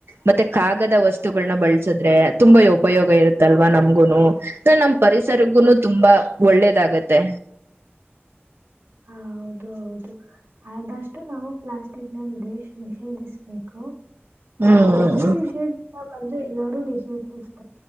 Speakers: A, on the right (about 60°); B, on the right (about 80°).
A: ಮತ್ತೆ ಕಾಗದ ವಸ್ತುಗಳನ್ನು ಬಳಸಿದ್ರೆ ತುಂಬಾ ಉಪಯೋಗ ಇರುತ್ತಲ್ವಾ ನಮಗೂನು ಇದರಿಂದ ನಮ್ಮ ಪರಿಸರಕ್ಕೂ
B: ಹ್ಮ್ ಹ್ಮ್
A: ತುಂಬಾ ಇದಾಗುತ್ತೆ
B: ಹ ಹೌದು ಹೌದು ಆದಷ್ಟು ನಾವು ಪ್ಲಾಸ್ಟಿಕ್ ನನ್ನು ನಿಷೇಧಿಸಬೇಕು
A: ಹ್ಮ್
B: ಒಬ್ಬರು ವಿಷಯ ಅಂದ್ರೆ ಎಲ್ಲಾರೂ ನಿಷೇಧಿಸುತ್ತಾರೆ